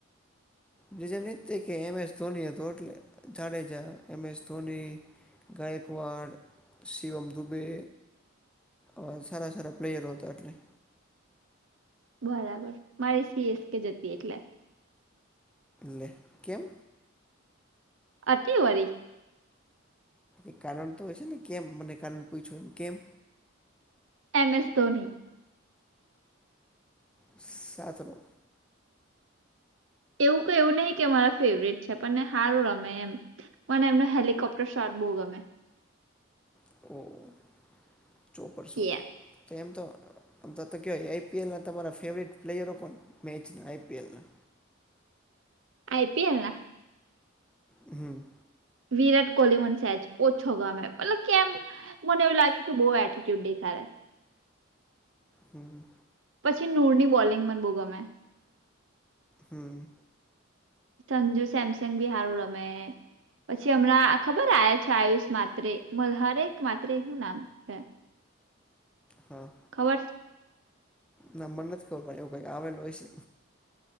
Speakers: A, in the centre; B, on the right.
A: રીઝાન એ છે જ કે એમ એસ ધોની હતો એટલે જાડેજા, એમ એસ ધોની ગાયકવાડ, શિવમ દુબે અહ સારા સારા પ્લેયરો હતા એટલે
B: બરાબર મારી સી એસ કે જ હતી એટલે
A: લે કેમ?
B: અતિ વરી
A: એ કારણ તો હોય છે ને કેમ, મને કારણ પૂછ્યું એમ કેમ
B: એમ એસ ધોની
A: સાત નો
B: એવું કઈ એવું નહી કે મારા ફેવરેટ છે, પણ એ સારું રમે એમ. મને એમનું હેલિકોપ્ટર શોટ બો ગમે.
A: <unintelligible> તો
B: યાર
A: એમ તો આમ તો તો કહેવાય આઈ પી એલ ના તમારા ફેવરેટ પ્લેયરો કોણ, મેચના આઈ પી એલ ના
B: આઈ પી એલ ના
A: હમ્મ.
B: વિરાટ કોહલી મને શેજ ઓછો ગમે, મતલબ કેમ મને એવું લાગે કે બો એટટીચ્યુડ દેખાડે
A: હમ્મ.
B: પછી નૂરની બોલિંગ મને બો ગમે.
A: હમ્મ.
B: સંજુ સેમસંગ બી હારું રમે. પછી હમણાં ખબર આયછા છે આયુષ માત્ર મલ્હારે માત્ર શું નામ? છે
A: હા.
B: ખબર
A: ના મને નથી ખબર પડે એવું કઈક આવેલું હોય છે.